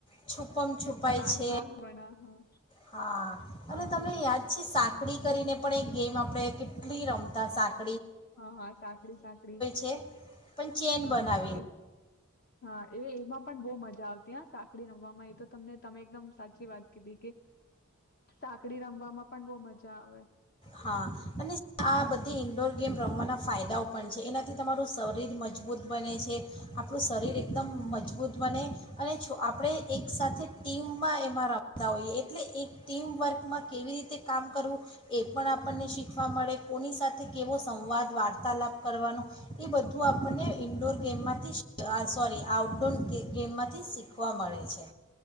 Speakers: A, on the left; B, on the left.
A: છુપમ છુપાય
B: આર્ટ
A: છે,
B: બોક્સ બના હા
A: હા અને
B: હા
A: તમને યાદ છે શા પકડી કરીને પણ એક ગેમ આપણે કેટલી રમતા સાચી
B: હા હા સાકડી સાકડી
A: છે પણ ચેન
B: હા
A: બનાવીને
B: એ હા એ એમાં પણ બહ મજા આવતી હ. સાકડી રમવામાં એ તો તમને તમે એકદમ સાચી વાત કીધી કે સાકડી રમવામાં પણ બહુ મજા આવે.
A: હા અને આ બધી ઈન્ડોર ગેમ રમવાના ફાયદાઓ પણ છે, એનાથી તમારું શરીર મજબૂત બને છે, આપણું શરીર એકદમ મજબૂત બને, અને આપણે એક સાથે ટીમમાં એમાં રમતા હોઈએ એટલે એક ટીમ વર્કમાં કેવી રીતે કામ કરવું એ પણ આપણને શીખવા મળે કોની સાથે કેવો સંવાદ વાર્તાલાપ કરવાનો એ બધું આપણને ઇન્ડોર ગેમમાંથી સોરી આઉટડોર ગેમમાંથી શીખવા મળે છે.